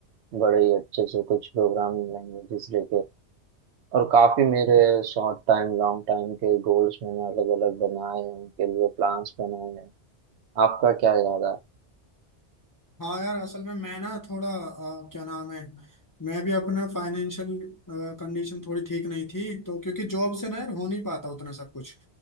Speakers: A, on the right; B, on the left.
A: बड़े ही अच्छे से कुछ प्रोग्रामिंग लैंग्वेजेस लेके और काफ़ी मेरे शॉर्ट टाइम लॉन्ग टाइम के गोल्स मैंने अलग अलग बनाए हैं उनके लिए प्लान्स बनाए हैं आपका क्या इरादा है
B: हाँ यार असल में मैं ना थोड़ा अ, क्या नाम है मैं भी अपना फाइनेंशियल कंडीशन थोड़ी ठीक नहीं थी तो क्योंकि जॉब से ना यार हो नहीं पाता उतना सब कुछ